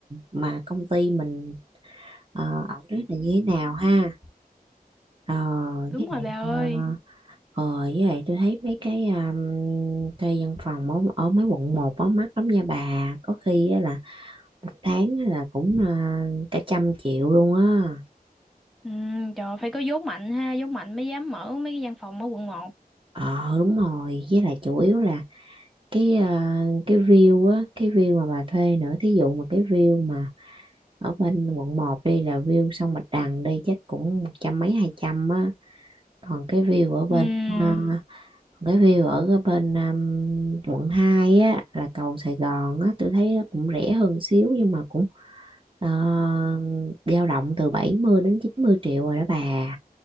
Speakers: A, on the right; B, in the centre.
A: mà công ty mình ờ, ở đó là như thế nào ha Ờ,
B: đúng
A: với
B: rồi
A: lại
B: bà ơi
A: ờ, ờ, với lại tôi thấy mấy cái um, thuê văn phòng ở, ở mấy quận một á mắc lắm nha bà có khi á là một tháng á là cũng ờ, cả trăm triệu luôn á
B: ừ, trời phải có vốn mạnh ha vốn mạnh mới dám mở mấy cái văn phòng ở quận một
A: ờ đúng rồi với lại chủ yếu là cái ờ, cái view á cái view mà bà thuê nữa thí dụ mà cái view mà ở bên quận một đi là view sông Bạch Đằng đi chắc cũng một trăm mấy hai trăm á còn cái view ở bên
B: ừ.
A: ờ, cái view ở cái bên um, quận 2 á là cầu Sài Gòn á tôi thấy nó cũng rẻ hơn xíu nhưng mà cũng uh, dao động từ 70 đến 90 triệu rồi đó bà